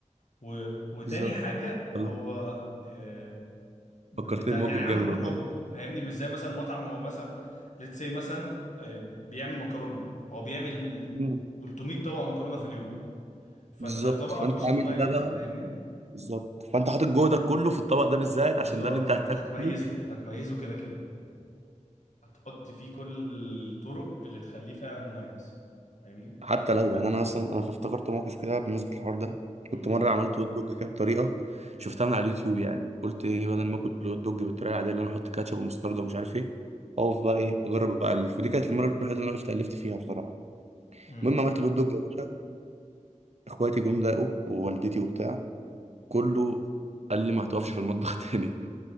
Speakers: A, on the left; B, on the right.
A: و... وتاني
B: بالظبط
A: حاجه
B: الله،
A: هو آه... ب-
B: فكرتني
A: انت يعني
B: بموقف
A: عامله
B: جامد
A: بحب
B: والله
A: فاهمني مش زي مثلا مطعم هو مثلا ليتس سي مثلا آه... بيعمل مكرونه هو بيعمل
B: مم.
A: 300 طبق مكرونه في اليوم فانت
B: بالظبط
A: طبقك
B: فانت
A: مش
B: عامل
A: مميز
B: ده ده
A: فاهمني
B: بالظبط فانت حاطط جهدك كله في الطبق ده بالذات
A: بالظبط
B: عشان ده اللي انت
A: فانت
B: هتاكله
A: هتميزه هتميزه كده كده هتحط فيه كل الطرق اللي تخليه فعلا مميز فاهمني
B: حتى لو يعني انا اصلا انا افتكرت موقف كده بالنسبه للحوار ده
A: امم
B: كنت مره عملت هوت دوج كده بطريقه شفتها من على اليوتيوب يعني قلت ايه بدل ما اكل الهوت دوج بالطريقه العاديه اللي انا احط كاتشب ومستردة ومش عارف ايه اقف بقى ايه اجرب الف ودي كانت المره الوحيده اللي انا وقفت الفت فيها بصراحه
A: امم
B: المهم عملت الهوت دوج يا باشا اخواتي جم دقوا ووالدتي وبتاع كله قال لي ما هتقفش في المطبخ <laughs> تاني